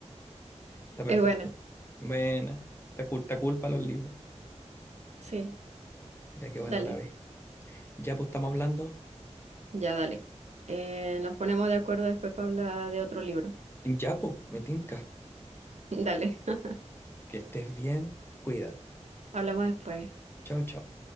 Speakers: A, on the left; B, on the right.
A: está perfecto.
B: Es buena,
A: Buena, está cool, está cool para los libros.
B: sí,
A: Ya que bueno,
B: dale,
A: Gaby. Ya, pues estamos hablando.
B: ya dale. Eh, nos ponemos de acuerdo después para hablar de otro libro.
A: Ya, pues, me tinca.
B: <laughs> Dale, <laughs>
A: Que estés bien, cuídate.
B: hablamos después.
A: Chao, chao.